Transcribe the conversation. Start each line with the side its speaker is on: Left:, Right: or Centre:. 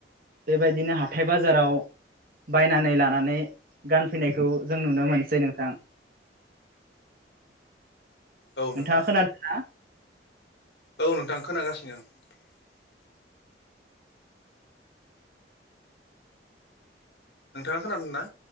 Right: बेबायदिनो हाथाय बाजाराव बायनानै लानानै गानफैनायखौ जों नुनो मोनसै नोंथां।
Left: औ नोंथां
Right: नोंथाङा खोनादों ना?
Left: औ नोंथां <unintelligible> नोंथाङा खोनादों ना?